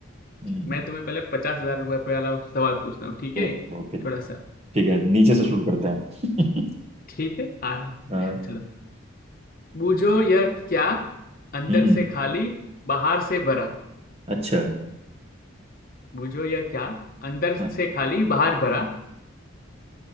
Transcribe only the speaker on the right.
हम्म
Okay
okay
ठीक है नीचे
से शुरू करते हैं
<laughs> हाँ,
हम्म
अच्छा
हाँ